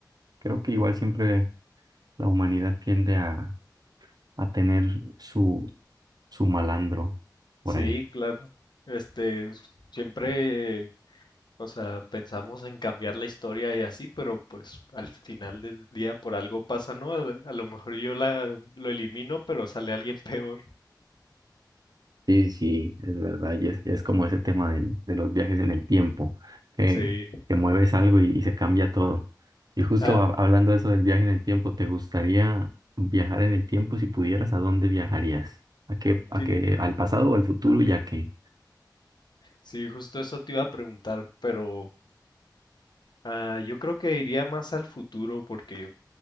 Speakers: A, on the right; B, on the left.
A: creo que igual siempre la humanidad tiende a, a tener su, su malandro por
B: sí,
A: ahí.
B: claro. Este, siempre O sea, pensamos en cambiar la historia y así, pero pues al final del día por algo pasa, ¿no? A, a lo mejor yo la, lo elimino, pero sale alguien <laughs> peor.
A: Sí, sí, es verdad, y es, es como ese tema del- de, los viajes en el tiempo, que,
B: Sí.
A: que mueves algo y, y se cambia todo. Y justo
B: Ah,
A: hab- hablando de eso del viaje en el tiempo, ¿te gustaría viajar en el tiempo? Si pudieras, ¿a dónde viajarías? ¿A qué, a
B: sí,
A: qué, al pasado o al futuro y a qué?
B: sí, justo eso te iba a preguntar, pero ah, yo creo que iría más al futuro porque